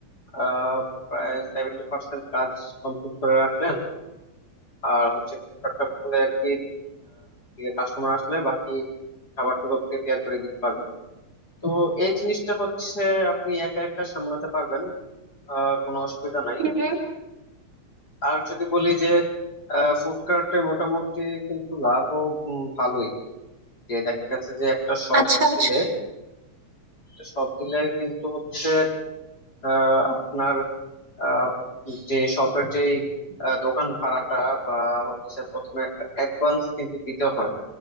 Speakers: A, on the left; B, on the right.
A: আহ, প্রায় সেভেন্টি পার্সেন্ট কাজ কমপ্লিট করে রাখলেন আর হচ্ছে ফুড কোর্টটা খুলে আর কি কাস্টমার আসলে বাকি খাবারটুকু প্রিপেয়ার করে দিতে পারবেন তো এই জিনিসটা হচ্ছে আপনি একা একা সামলাতে পারবেন আহ, কোনো অসুবিধা নাই
B: হুম হুম।
A: আর যদি বলি যে ফুড কার্টে মোটামুটি কিন্তু লাভও উম, ভালোই যে দেখা গেছে যে একটা শপ
B: আচ্ছা
A: দিলে
B: আচ্ছা
A: একটা শপ দিলে কিন্তু হচ্ছে আহ, আপনার আহ, যে শপের যে দোকান ভাড়াটা বা হচ্ছে প্রথমে একটা অ্যাডভান্স কিন্তু দিতে হয়